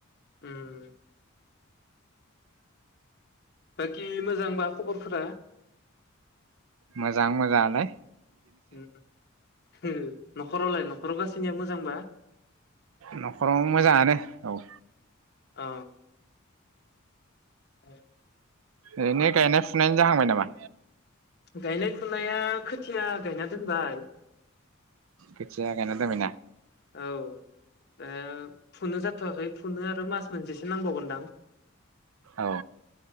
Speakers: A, on the left; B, on the right.
A: उम। बाखि मोजांबा खबरफोरा?
B: मोजां मोजां आलाय।
A: उम <unintelligible> न'खरावलाय न'खराव गासैनियाबो मोजांबा?
B: न'खराव मोजाङानो औ।
A: अ। <unintelligible>
B: ओरैनो गायनाय फुनायनि जाहांबाय नामा?
A: गायनाय फुनाया खोथिया गायना दोनबाय।
B: खोथिया गायना दोनबाय ना?
A: औ दा फुनो जाथ'वाखै फुनो आरो मास मोनसेसो नांबावगोनदां।
B: औ।